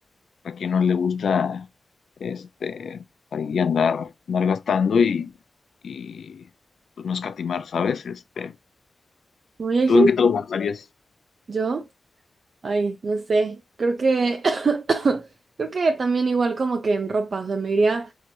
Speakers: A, on the left; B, on the right.
A: a quien no le gusta este ahí andar, andar gastando y, y pues no escatimar, ¿sabes? Este,
B: Uy, hay
A: ¿tú
B: gente,
A: en qué te lo gastarías?
B: yo, ay, no sé, creo que, <coughs> creo que también igual como que en ropa, o sea, me iría,